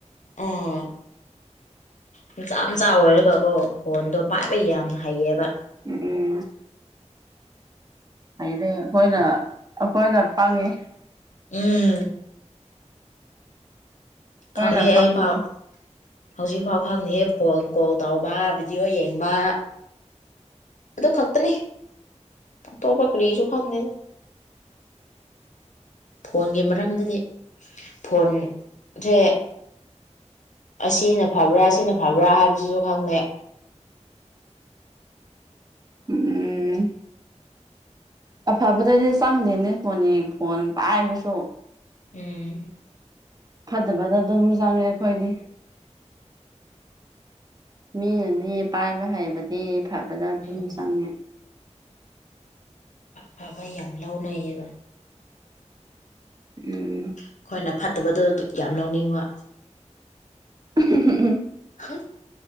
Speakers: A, on the left; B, on the right.
A: ꯑꯣ
B: ꯅꯍꯥ
A: ꯃꯆꯥ ꯃꯆꯥ ꯑꯣꯏꯔꯒꯀꯣ ꯐꯣꯟꯗꯣ ꯄꯥꯏꯕ ꯌꯥꯝꯅ ꯍꯩꯌꯦꯕ
B: ꯎꯝ ꯍꯥꯏꯗꯤ ꯑꯩꯈꯣꯏꯅ ꯑꯩꯈꯣꯏꯅ ꯄꯪꯉꯦ
A: ꯎꯝ
B: ꯍꯣꯏꯅ
A: ꯈꯪꯗꯦ
B: ꯄꯪꯕꯅꯤ
A: ꯑꯩ ꯐꯥꯎ ꯍꯧꯖꯤꯛꯐꯥꯎ ꯈꯪꯗꯦꯍꯦꯛ ꯐꯣꯟ ꯀꯣꯜ ꯇꯧꯕ ꯚꯤꯗꯤꯑꯣ ꯌꯦꯡꯕ ꯑꯗꯨ ꯈꯛꯇꯅꯤ ꯑꯇꯣꯞ ꯄ ꯀꯔꯤꯁꯨ ꯈꯪꯗꯦꯅꯦ ꯐꯣꯟꯒꯤ ꯃꯔꯝꯗꯗꯤ ꯐꯣꯟꯁꯦ ꯑꯁꯤꯅ ꯐꯕ꯭ꯔꯥ ꯁꯤꯅ ꯐꯕ꯭ꯔꯥ ꯍꯥꯏꯕꯁꯤꯁꯨ ꯈꯪꯗ‌ꯦ
B: ꯎꯝ ꯑꯐꯕꯗꯗꯤ ꯆꯪꯗꯦꯅꯦ ꯐꯣꯟ ꯌꯦ ꯐꯣꯟ ꯄꯥꯏꯕꯁꯨ
A: ꯎꯝ
B: ꯐꯠꯇꯕꯗ ꯑꯗꯨꯝ ꯆꯪꯉꯦ ꯑꯩꯈꯣꯏꯗꯤ ꯃꯤꯅꯗꯤ ꯄꯥꯏꯕ ꯍꯩꯕꯗꯤ ꯐꯕꯗ ꯑꯗꯨꯝ
A: ꯎꯝ
B: ꯆꯪꯉꯦ
A: ꯐꯕ ꯌꯥꯝ ꯂꯧꯅꯩꯌꯦꯕ
B: ꯎꯝ
A: ꯑꯩꯈꯣꯏꯅ ꯐꯠꯇꯕꯗ‌ꯣ ꯌꯥꯝ ꯂꯧꯅꯤꯡꯕ
B: ꯎꯝ ꯎꯝ
A: ꯍ